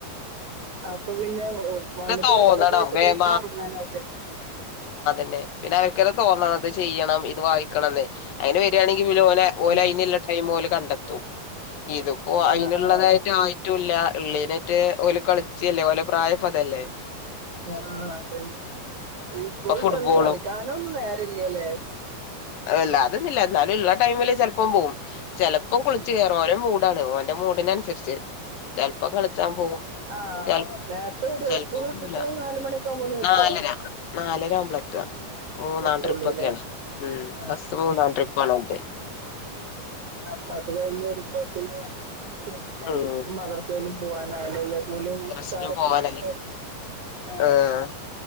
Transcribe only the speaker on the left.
തോന്നണം
വേം
ന്നെ പിന്നെ അവ തോന്നണംത് ചെയ്യണം ഇത് ണന്ന് അയിന് വരാണെങ്കിൽ <unintelligible> ഓലെ ഓല
അയിനില്ല ടം ഓല് കണ്ടെത്തു ഇതിപ്പോ അയിനുള്ളതായിട്ട്
ആയി റ്റൂല്ല ഇള്ളിന മറ്റേ ഓല് കളിച്ചല്ലേ ഓലെ പ്രായം പ്പതല്ലേ
ഇപ്പൊ ഫുട്ബോളും
അല്ല അതന്നില്ല എന്നാലും ഇള്ള ടൈമില് ചെലപ്പം പോകും ചെലപ്പം കുളി
രോ മൂടാണ് ഓന് ന്റെ മൂഡിനനുസരിച്ച് ചെലപ്പോ കളിച്ചാൻ പോകും
ചെ
ചെലപ്പോ
പോകൂല
നാലര നാലര ആവുമ്പള എത്ത മൂന്നാം
ട്രിപ്പൊക്കെ ആണ് ഉം
ബസ്
മൂന്നാം ട്രിപ്പ് ആണ് ഇങ്ങട്ട്
ഉം
മദ്രസിനും
പോവാനായി
ആഹ്